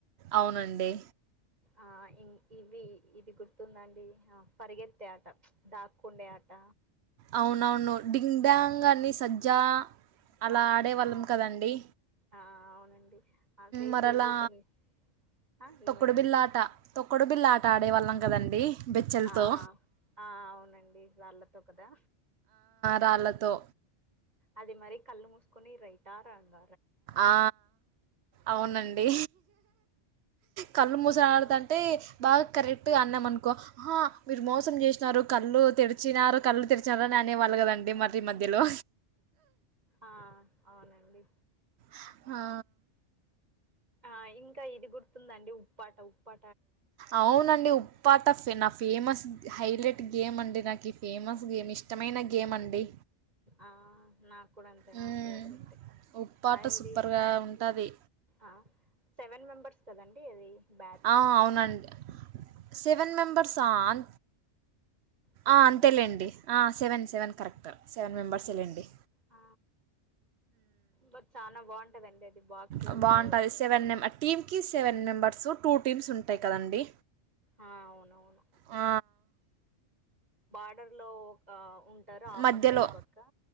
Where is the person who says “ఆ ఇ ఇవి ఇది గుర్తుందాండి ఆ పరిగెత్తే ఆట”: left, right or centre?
Right